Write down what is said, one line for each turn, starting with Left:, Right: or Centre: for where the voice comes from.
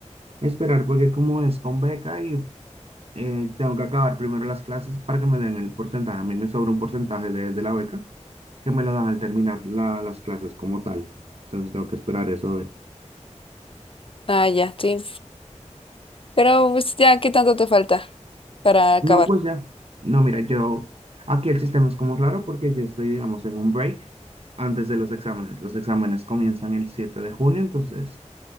Right: esperar porque como es con beca y eh, tengo que acabar primero las clases para que me den el porcentaje. A mí me sobra un porcentaje de, de la beca que me lo dan al terminar la- las clases como tal. Entonces, tengo que esperar eso a ver.
Left: Ah, ya, sí. Pero pues ya, ¿qué tanto te falta para acabar?
Right: No, pues ya. No, mira, yo, aquí el sistema es como raro porque yo estoy, digamos, en un break antes de los exámenes. Los exámenes comienzan el 7 de junio, entonces,